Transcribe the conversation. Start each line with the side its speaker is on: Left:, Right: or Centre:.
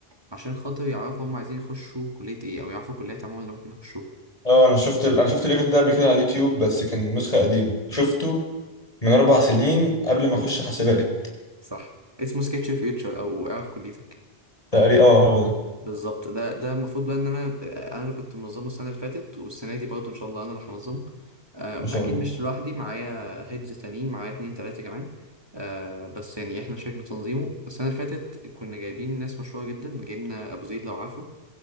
Right: عشان خاطر يعرفوا هم عايزين يخشوا كليه ايه او يعرفوا الكليات عموما اللي ممكن يخشوها
Left: اه انا شفت ال... انا شفت الايفنت ده قبل كده على اليوتيوب بس كان نسخه قديمه شفته من اربع سنين قبل ما اخش حسابات
Right: صح اسمه سكتش فيوتشر او اعرف كليتك
Left: تقريبا اه هو ده
Right: بالظبط ده ده المفروض بقى ان انا انا اللي كنت منظمه السنه اللي فاتت والسنه دي برضه ان شاء الله انا اللي هنظمه أم،
Left: ما شاء
Right: اكيد
Left: الله
Right: مش لوحدي معايا هيدز تانيين معايا اتنين تلاته كمان أه، بس يعني احنا شاركنا في تنظيمه السنه اللي فاتت كنا جايبين ناس مشهوره جدا جايبنا ابو زيد لو عارفه